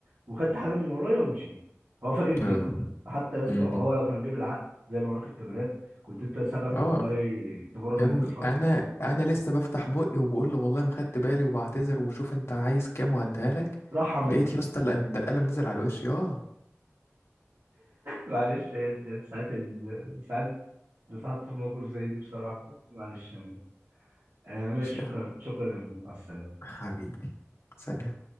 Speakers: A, on the right; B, on the left.
A: وخدت حاجه من ورايا ومشيت هو فاكر كده
B: اه
A: حتى يا اسطى
B: م-م.
A: هو لو كان جيب العقل زي ما وراك الكاميرات كنت انت سبك
B: اه
A: والله تبرر
B: يا
A: موقفك
B: ابني انا
A: وتقول
B: انا لسه بفتح بقي وبقول له والله ما خدت بالي وبعتذر وشوف انت عايز كام وهديها لك
A: راح
B: لقيت يا اسطى ال- ده القلم نزل على الوش اه
A: معلش هي دي ساعات ال... ساعات بتحط في موقف زي دي بصراحة بس معلش يا مو آه ماشي
B: مش-
A: شكرا
B: آه،
A: شكرا يا مو مع السلامة
B: حبيبي سلام